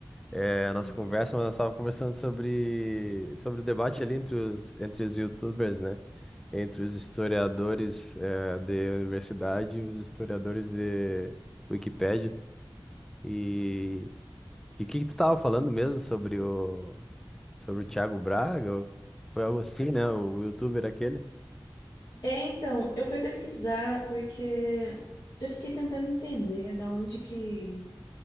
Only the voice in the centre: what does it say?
É, a
nossa conversa, mas nós tava conversando sobre, sobre o debate ali entre os, entre os YouTubers, né? Entre os historiadores, eh, de universidade e os historiadores de Wikipédia. E, e o que que tu tava falando mesmo sobre o Sobre o Thiago Braga? ou- Foi algo assim, né? O youtuber aquele.